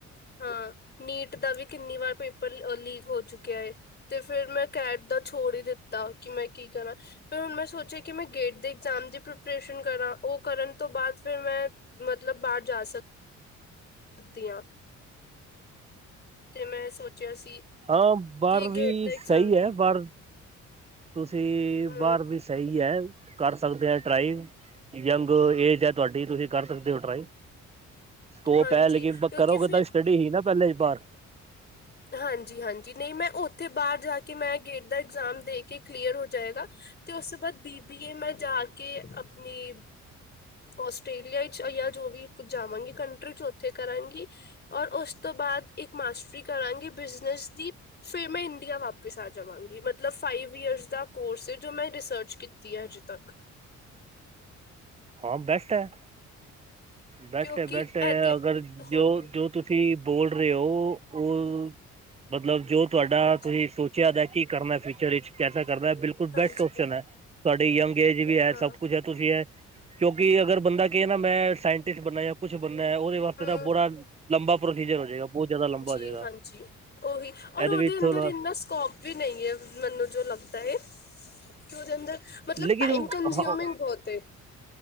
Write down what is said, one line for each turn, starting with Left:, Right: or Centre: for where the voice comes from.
Left: ਹਾਂ, ਨੀਟ ਦਾ ਵੀ ਕਿੰਨੀ ਵਾਰ ਪੇਪਰ ਅ ਲੀਕ ਹੋ ਚੁੱਕਿਆ ਹੈ। ਤੇ ਫੇਿਰ ਮੈਂ ਕੈਟ ਦਾ ਛੋੜ ਹੀ ਦਿੱਤਾ ਕਿ ਮੈਂ ਕੀ ਕਰਾਂ? ਫਿਰ ਹੁਣ ਮੈਂ ਸੋਚਿਆ, ਕਿ ਮੈਂ ਗੇਟ ਦੇ ਐਗਜ਼ਾਮ ਦੀ ਪ੍ਰੈਪਰੇਸ਼ਨ ਕਰਾਂ ਉਹ ਕਰਨ ਤੋਂ ਬਾਅਦ ਫਿਰ ਮੈਂ ਮਤਲਬ ਬਾਹਰ ਜਾ ਸਕਦੀ ਆ। ਸਧਆਂ <unintelligible> ਤੇ ਮੈਂ ਸੋਚਿਆ ਸੀ।
Right: ਹਾਂ, ਬਾਹਰ
Left: ਕਿ
Right: ਵੀ
Left: ਗੇਟ ਦਾ ਇਗਜ਼ਾਮ
Right: ਸਹੀ ਹੈ
Left: ਦਾ
Right: ਪਰ ਤੁਸੀਂ,
Left: ਹਮ
Right: ਬਾਹਰ ਵੀ ਸਹੀ ਹੈ ਕਰ ਸਕਦੇ ਆ ਟਰਾਈ। ਯੰਗ ਏਜ ਹੈ ਤੁਹਾਡੀ ਤੁਸੀਂ ਕਰ ਸਕਦੇ ਹੋ ਟਰਾਈ। ਸਕੋਪ
Left: ਹਾਂਜੀ
Right: ਹੈ ਲੇਕਿਨ
Left: ਕਿਉਂਕਿ
Right: ਕਰੋ
Left: ਫਿਰ
Right: ਗੇ ਤਾ ਸਟੱਡੀ ਹੀ ਨਾ ਪਹਿਲੇ ਬਾਹਰ।
Left: ਹਾਂਜੀ, ਹਾਂਜੀ ਨਹੀਂ ਮੈਂ ਉੱਥੇ ਬਾਹਰ ਜਾ ਕੇ ਮੈਂ ਗੇਟ ਦਾ ਇਗਜ਼ਾਮ ਦੇ ਕੇ ਕਲੀਅਰ ਹੋ ਜਾਏਗਾ। ਤੇ ਉਸ ਤੋਂ ਬਾਅਦ ਬੀ ਬੀ ਏ ਮੈਂ ਜਾ ਕੇ ਆਪਣੀ ਆਸਟ੍ਰੇਲੀਆ ਚ ਜਾਂ ਜੋ ਵੀ ਜਾਵਾਂਗੀ ਕੰਟਰੀਕ ਉੱਥੇ ਕਰਾਂਗੀ। ਔਰ ਉਸ ਤੋਂ ਬਾਅਦ ਇੱਕ ਮਾਸਟਰੀ ਕਰਾਂਗੀ ਬਿਜਨਸ ਦੀ। ਫੇਿਰ ਮੈਂ ਇੰਡੀਆ ਵਾਪਿਸ ਆ ਜਾਵਾਂਗੀ ਮਤਲਬ ਫਾਈਵ ਈਅਰਸ ਦਾ ਕੋਰਸ ਏ ਜੋ ਮੈਂ ਰਿਸਰਚ ਕੀਤ ਤੀ ਅੱਜ ਤੱਕ।
Right: ਹਾਂ ਬੈਸਟ ਹੈ, ਬੈਸਟ
Left: ਕਿਉਂਕਿ
Right: ਹੈ, ਬੈਸਟ
Left: ਇਹ
Right: ਹੈ
Left: ਤੇ
Right: ਅਗਰ
Left: ਹਾਂ
Right: ਜੋ ਜੋ ਤੁਸੀਂ ਬੋਲ ਰਹੇ ਹੋ ਉਹ ਮਤਲਬ ਜੋ ਤੁਹਾਡਾ
Left: ਹਾਂਜੀ
Right: ਤੁਸੀਂ ਸੋਚ ਆਦ ਹੈ ਕੀ ਕਰਨਾ ਫਿਊਚਰ ਵਿੱਚ ਕੈਸਾ ਕਰਨਾ ਹੈ ਬਿਲਕੁਲ
Left: ਹਾਂਜੀ
Right: ਬੈਸਟ ਓਪਸ਼ਨ ਹੈ। ਤੁਹਾਡੀ ਯੰਗ ਏਜ ਵੀ ਹੈ
Left: ਹਾਂ
Right: ਸਭ ਕੁੱਛ ਹੈ ਤੁਸੀਂ ਇਹ ਕਿਉਂਕਿ ਅਗਰ ਬੰਦਾ ਕਏ ਨਾ ਮੈਂ ਸਾਇੰਟਿਸਟ ਬਣਨਾ ਜਾਂ ਕੁੱਛ ਬਣਨਾ ਉਹਦੇ ਵਾਸਤੇ
Left: ਹਮ
Right: ਤਾਂ ਬੁਰਾ ਲੰਬਾ ਪ੍ਰੋਸੀਜਰ ਹੋ ਜਾਏਗਾ ਬਹੁਤ ਜ਼ਿਆਦਾ ਲੰਬਾ
Left: ਜੀ
Right: ਹੋ ਜਾਏਗਾ।
Left: ਹਾਂਜੀ ਉਹੀ।
Right: ਇਹਦੇ
Left: ਔਰ ਓਦੇ
Right: ਵਿੱਚ
Left: ਅੰਦਰ
Right: ਥੋੜਾ
Left: ਇੰਨਾ ਸਕੋਪ ਵੀ ਨਹੀਂ ਹੈ ਮੈਨੂੰ ਜੋ ਲੱਗਦਾ ਹੈ। ਕਿ ਉਹਦੇ ਅੰਦਰ ਮਤਲਬ
Right: ਲੇਕਿਨ
Left: ਟਾਈਮ
Right: ਹਾਂ
Left: ਕੰਜ਼ਿਊਮਿੰਗ ਬਹੁਤ ਏ।